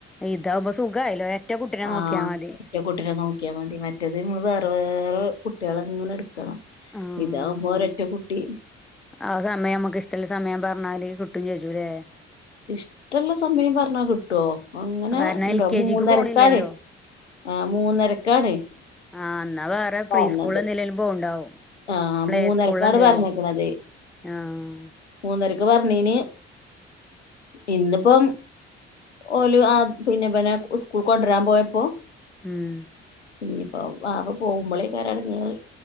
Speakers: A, in the centre; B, on the left (about 85°).
A: ഇതാവുമ്പോ സുഖ ആയല്ലോ ഒറ്റ കുട്ടിനെ
B: ആഹ്
A: നോക്കിയ മതി.
B: ഒറ്റ കുട്ടിനെ നോക്കിയ മതി മറ്റേത് ഉം വേറെ വേറെ കുട്ടികളെ ഇങ്ങനെ എട് ക്കണം
A: ആഹ്
B: ഇതാവുമ്പോ ഒരൊറ്റ കുട്ടി
A: ആ സമയം മക്ക് ഇഷ്ടള്ള സമയം പറഞ്ഞാല് കിട്ടും ചെയ്യൂലേ
B: ഇഷ്ടള്ള സമയം പറഞ്ഞാ കിട്ടോ അങ്ങനെ
A: കാരണം എൽ
B: ണ്ടോ
A: കെ
B: മൂന്നരക്കാണ്
A: ജിക്ക് പോണില്ലല്ലോ
B: ആഹ് മൂന്നരക്കാണ്
A: ആ ന്നാ വേറെ പ്രീസ്കൂളന്തിലേലും
B: പറഞ്ഞത്
A: പോണ്ടാവും
B: ആഹ്
A: പ്ലേ
B: മൂന്നരക്കാണ്
A: സ്കൂള് എന്തേലും
B: പറഞ്ഞേക്കണത്
A: ആഹ്
B: മൂന്നരക്ക് പറഞ്ഞീന് ഇന്നിപ്പം ഓല് ആ പിന്നെ വനെ സ്കൂക്ക് കൊണ്ടരാൻ പോയപ്പോ
A: ഉം
B: ഇഞ്ഞി പ്പോ വാവ പോകുമ്പോളേക്കാരം എടങ്ങേറ്